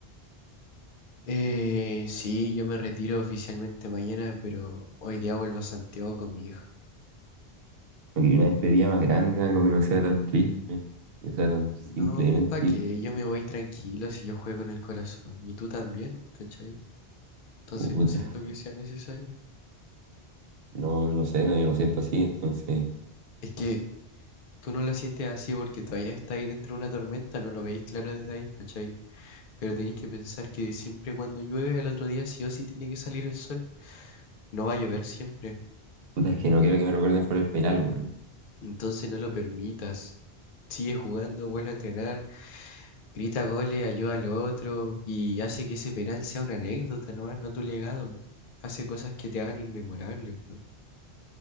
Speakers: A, on the left; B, on the right.
A: Eh, sí, yo me retiro oficialmente mañana, pero hoy día vuelvo a Santiago con mi hija.
B: Porque una despedida más grande, algo que no sea tan triste, que sea tan simplemente
A: No, ¿para
B: irte.
A: qué? Yo me voy tranquilo si yo juego con el corazón. Y tú también, ¿cachai? Entonces
B: Puta.
A: no siento que sea necesario.
B: No, no sé, no, yo lo siento así, entonces.
A: Es que Tú no lo sientes así porque todavía está ahí dentro de una tormenta, no lo veis claro desde ahí, ¿cachai? Pero tenéis que pensar que siempre cuando llueve al otro día sí o sí tiene que salir el sol. No va a llover siempre.
B: Puta, es que no quiero que me recuerden por el penal, weón.
A: Entonces no lo permitas. Sigue jugando, vuelve a entrenar, grita goles, ayuda al otro y hace que ese penal sea una anécdota, ¿no? No tu legado. Hace cosas que te hagan inmemorable, weón.